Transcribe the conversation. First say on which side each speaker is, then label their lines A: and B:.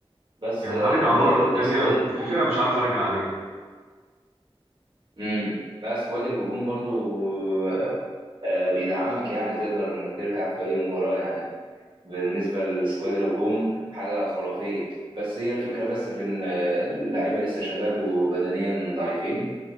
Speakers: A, on the right; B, on the right.
A: بس
B: يعني
A: آه،
B: هرجع
A: ال-
B: مره
A: الاسكواد
B: التانيه وفي
A: الهجوم
B: فرقه مش عارف ارجع عليها
A: امم لا اسكواد الهجوم برضو آه، آه، بيدعمك يعني تقدر انك ترجع في اي مباراة يعني بالنسبة لسكواد الهجوم حاجة خرافية بس هي الفكرة بس في ان آه، اللعيبة لسه شباب وبدنيا ضعيفين